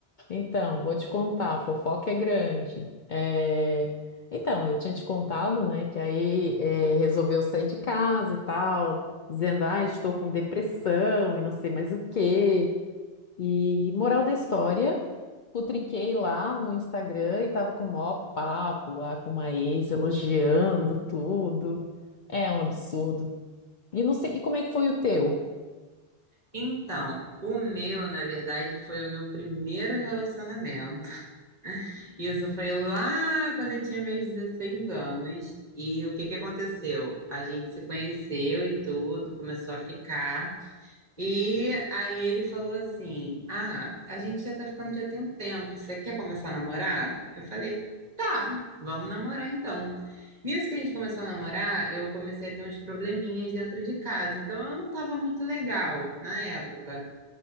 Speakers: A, on the left; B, on the right.
A: Então, vou te contar, a fofoca é grande. É, Então, eu tinha te contado, né, que aí é, resolveu sair de casa e tal, dizendo, ah, estou com depressão e não sei mais o quê. E moral da história. putriquei lá no Instagram e tava com o maior papo lá com uma ex, elogiando tudo. É um absurdo. E não sei, e como é que foi o teu?
B: Então, o meu, na verdade, foi o meu primeiro relacionamento. Isso foi lá quando eu tinha meus 16 anos. E o que que aconteceu? A gente se conheceu e tudo, começou a ficar. E aí ele falou assim: Ah, a gente já tá ficando já tem um tempo, você quer começar a namorar? Eu falei: Tá, vamos namorar então. Nisso que a gente começou a namorar, eu comecei a ter uns probleminhas dentro de casa, então eu não tava muito legal na época.